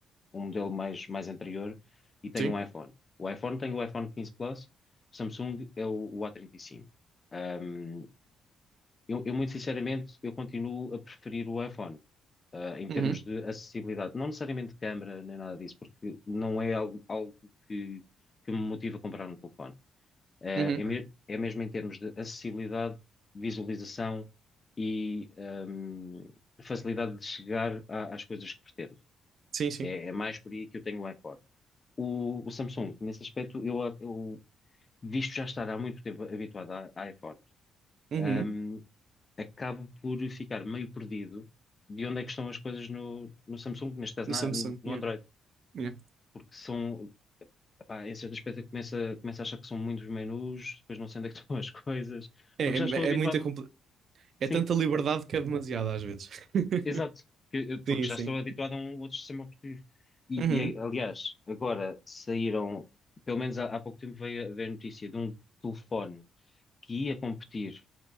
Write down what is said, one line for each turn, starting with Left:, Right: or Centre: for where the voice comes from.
Left: um modelo mais, mais anterior, e tenho
Right: sim,
Left: um iPhone. O iPhone tem o iPhone quinze Plus, o Samsung é o, o A35. Ahm, eu, eu, muito sinceramente, eu continuo a preferir o iPhone. Uh, em termos
Right: uhum,
Left: de acessibilidade, não necessariamente de câmara nem nada disso, porque não é algo, algo que, que me motiva a comprar um telefone. É,
Right: uhum,
Left: é, me- é mesmo em termos de acessibilidade, visualização e hum, facilidade de chegar a- às coisas que pretendo.
Right: sim, sim,
Left: É, é mais por aí que eu tenho o iPhone. O, o Samsung, nesse aspecto, eu, eu visto já estar há muito tempo habituado a, a iPhone.
Right: uhum,
Left: um, acabo por ficar meio perdido de onde é que estão as coisas no, no Samsung, neste caso
Right: no
Left: na-
Right: Samsung,
Left: no
Right: yeah,
Left: Android,
Right: yeah.
Left: porque são, epá, em certo aspecto eu começo a, começo a achar que são muitos menus, depois não sei onde é que <laughs> estão as coisas,
Right: É,
Left: porque
Right: é,
Left: já estou habituado,
Right: é muita, compl-
Left: sim,
Right: é tanta liberdade que é demasiada às vezes. <laughs>
Left: exato, que- eu- porque
Right: Sim,
Left: já
Right: sim.
Left: estou habituado a um outro sistema operativo. E,
Right: Uhum,
Left: e, aliás, agora saíram, pelo menos há, há pouco tempo veio, a- veio a notícia de um telefone que ia competir